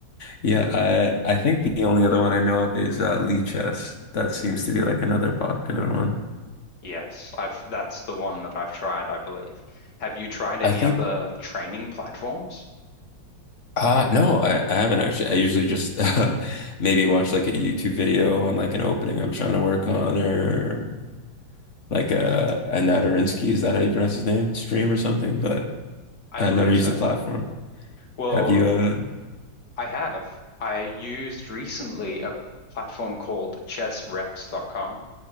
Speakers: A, on the left; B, on the left.
A: Yeah, I I think the only other one I know of is uh, Lee Chess. That seems to be like another popular one.
B: Yes, I've that's the one that I've tried, I believe. Have you tried any
A: I think
B: other training platforms?
A: uh no, I, I haven't actually. I usually just <laughs> uh, maybe watch like a YouTube video on like an opening I'm trying to work on or like a uh Anatarinsky, is that how you pronounce his name? Stream or something, but
B: I
A: I
B: believe
A: never use
B: so.
A: the platform.
B: Well,
A: Have you uh
B: I have. I used recently a platform called chessreps.com.